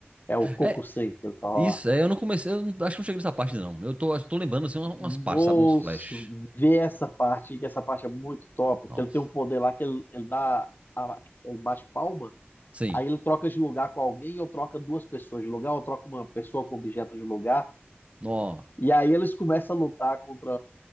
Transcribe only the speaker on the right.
É,
isso,
é, eu não comecei, eu não- acho que não cheguei nessa parte, não. Eu tô, eu tô lembrando, assim, umas, umas
partes, sabe? Uns flash.
Nossa.
Sim.
Nó.